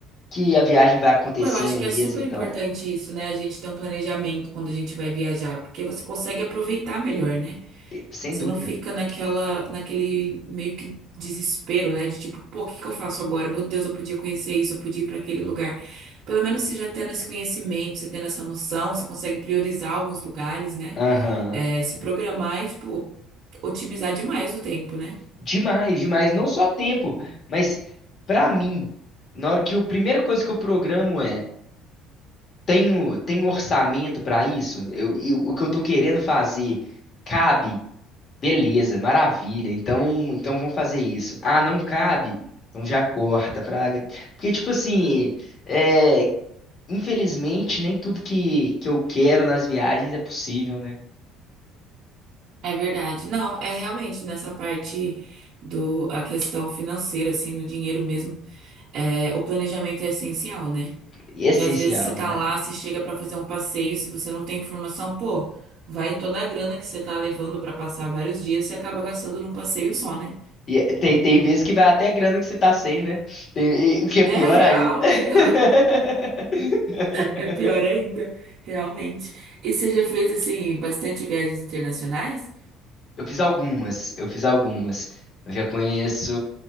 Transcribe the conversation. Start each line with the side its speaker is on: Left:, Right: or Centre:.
Left: que a viagem vai acontecendo
Right: Pô, eu acho que
Left: mesmo,
Right: é super
Left: então,
Right: importante isso, né? A gente ter um planejamento quando a gente vai viajar, porque você consegue aproveitar melhor, né?
Left: e- sem
Right: Você
Left: dúvida.
Right: não fica naquela, naquele meio que desespero, né? De tipo, pô, o que que eu faço agora? Meu Deus, eu podia conhecer isso, eu podia ir para aquele lugar. Pelo menos você já tendo esse conhecimento, você tendo essa noção, você consegue priorizar alguns lugares, né?
Left: Aham.
Right: É, se programar e, tipo, otimizar demais o tempo, né?
Left: Demais, demais. Não só tempo, mas pra mim, na hora que a primeira coisa que eu programo é tenho, tenho orçamento pra isso? Eu, eu- o que eu tô querendo fazer cabe? Beleza, maravilha. Então, então vamos fazer isso. Ah, não cabe? Então já corta, Fraga. Porque, tipo assim, é, infelizmente, nem tudo que, que eu quero nas viagens é possível, né?
Right: É verdade. Não, é realmente nessa parte do a questão financeira, assim, no dinheiro mesmo, é, o planejamento é essencial, né?
Left: E é
Right: Porque
Left: essencial,
Right: às vezes você tá
Left: né?
Right: lá, você chega pra fazer um passeio, se você não tem informação, pô, vai toda a grana que você tá levando pra passar vários dias, você acaba gastando num passeio só, né?
Left: E é, tem, tem vezes que vai até grana que você tá sem, né? Tem- e o que é
Right: É
Left: pior
Right: real,
Left: ainda. <laughs>
Right: <laughs> real. É pior ainda, realmente. E você já fez, assim, bastante viagens internacionais?
Left: Eu fiz algumas, eu fiz algumas. Eu já conheço